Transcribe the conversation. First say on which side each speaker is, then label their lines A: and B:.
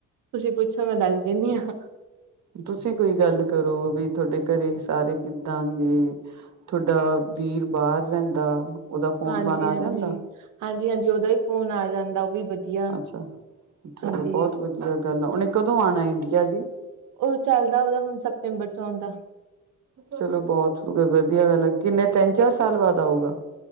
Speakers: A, on the right; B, on the right.
A: ਤੁਸੀਂ ਪੁੱਛੋ, ਮੈਂ ਦੱਸ ਦਿਨੀ ਆ।
B: ਤੁਸੀਂ ਕੋਈ ਗੱਲ ਕਰੋ ਵੀ। ਤੁਹਾਡੇ ਘਰੇ ਸਾਰੇ ਕਿੱਦਾਂ ਗ? ਤੁਹਾਡਾ ਵੀਰ ਬਾਹਰ ਰਹਿੰਦਾ? ਉਹਦਾ ਫੋਨ
A: ਹਾਂਜੀ,
B: ਫਾਨ ਆ
A: ਹਾਂਜੀ, ਹਾਂਜੀ।
B: ਜਾਂਦਾ
A: ਹਾਂਜੀ, ਹਾਂਜੀ, ਉਹਦਾ ਈ ਫੋਨ ਆ ਜਾਂਦਾ, ਉਹ ਵੀ ਵਧੀਆ
B: ਅੱਛਾ, ਚਲੋ
A: ਹਾਂਜੀ।
B: ਬਹੁਤ ਵਧੀਆ ਗੱਲ, ਉਹਨੇ ਕਦੋਂ ਆਉਣਾ ਇੰਡੀਆ ਜੀ?
A: ਉਹ ਚੱਲਦਾ ਉਹਦਾ ਹੁਣ ਸਤੰਬਰ ਚ ਆਉਂਦਾ।
B: ਚਲੋ, ਬਹੁਤ ਵ ਵਧੀਆ ਗੱਲ ਏ। ਕਿੰਨੇ ਤਿੰਨ-ਚਾਰ ਸਾਲ ਬਾਦ ਆਊਗਾ?